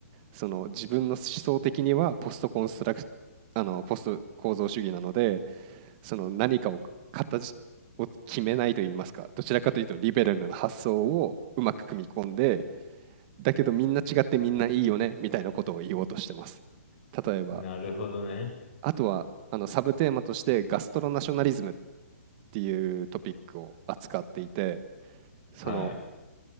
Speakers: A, on the right (about 35°); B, on the left (about 50°).
A: その自分の思想的にはポストコンストラクあのポスト構造主義なので、その何かを形を決めないといいますか、どちらかというとリベラルな発想をうまく組み込んで、だけどみんな違ってみんないいよねみたいなことを言おうとしてます。例えば
B: なるほどね。
A: あとは、あの、サブテーマとしてガストロナショナリズムっていうトピックを扱っていて、その、
B: はい。